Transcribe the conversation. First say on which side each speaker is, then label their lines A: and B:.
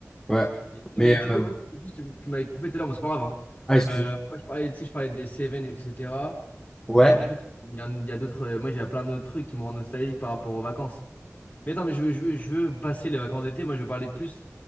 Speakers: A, on the left (about 15°); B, on the left (about 35°).
A: ouais.
B: Et- non,
A: Mais.
B: mais du coup,
A: euh,
B: en fait, juste, tu, tu m'avais coupé tout à l'heure, bon, c'est pas grave. hein.
A: Ah, excuse-moi.
B: Euh, moi, je parlais, tu sais, je parlais des Seven, etc.
A: Ouais.
B: Et en fait, il y a, il y a d'autres. euh, Moi, j'ai plein de trucs qui me rendent nostalgique par rapport aux vacances. Mais attends, mais je veux, je veux, je veux passer les vacances d'été. Moi, je veux parler plus.